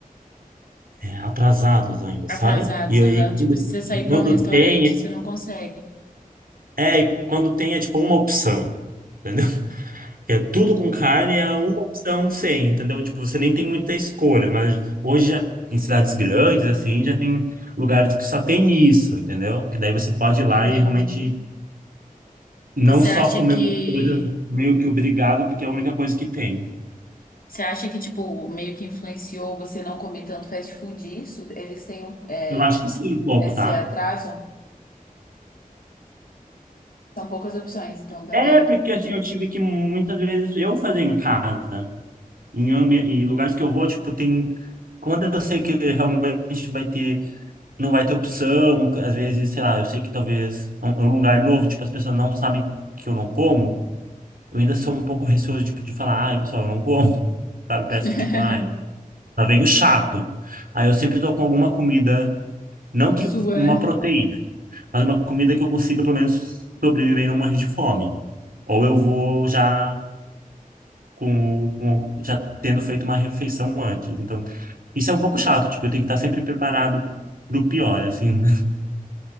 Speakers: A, on the right; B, on the left.
A: é, atrasados ainda,
B: Atrasados,
A: sabe? E,
B: aham.
A: e quando,
B: Tipo, se você sair
A: e quando
B: pra um restaurante,
A: tem,
B: você não consegue.
A: é, e quando tem é tipo uma opção, entendeu? <laughs> Que é tudo com carne, é uma opção sem, entendeu? Tipo, você nem tem muita escolha, mas hoje já, em cidades grandes, assim, já tem lugares que só tem isso, entendeu? Que daí você pode ir lá
B: Entendi.
A: e realmente não
B: Você
A: só
B: acha
A: comer
B: que
A: uma coisa meio que obrigado, porque é a única coisa que tem.
B: você acha que tipo meio que influenciou você não comer tanto fast food isso? Eles têm um, é,
A: Eu acho que sim, um pouco,
B: esse
A: tá?
B: atraso? São poucas opções, então, também.
A: É, porque assim, eu tive que muitas vezes eu fazer em casa. Em, ambi- em lugares que eu vou, tipo, tem. Quando eu sei que realmente vai ter. Não vai ter opção, às vezes, sei lá, eu sei que talvez é um é um lugar novo, tipo, as pessoas não sabem que eu não como, eu ainda sou um pouco receoso, tipo, de falar, ai, pessoal, eu não como, <laughs> sabe? Parece
B: <laughs>
A: que, tipo, ai, lá vem o chato. Aí eu sempre tô com alguma comida, não que
B: Sua,
A: uma
B: né?
A: proteína, mas uma comida que eu consiga, pelo menos, sobreviver e não morrer de fome. Ou eu vou já com, com- já tendo feito uma refeição antes. Então, isso é um pouco chato, tipo, eu tenho que estar sempre preparado pro pior, assim. né? <laughs>